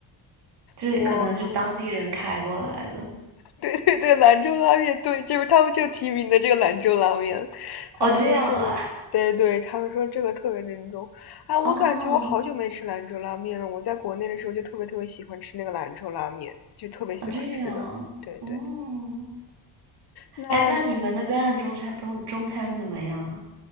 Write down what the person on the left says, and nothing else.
哇 <laughs> 对对对，兰州拉面，对，就是他们就提名的这个兰州拉面，他们说这个，
对对，他们说这个特别正宗啊！我感觉我好久没吃兰州拉面了，
我在国内的时候就特别特别喜欢吃那个兰州拉面，就特别喜欢吃的。
对对，
那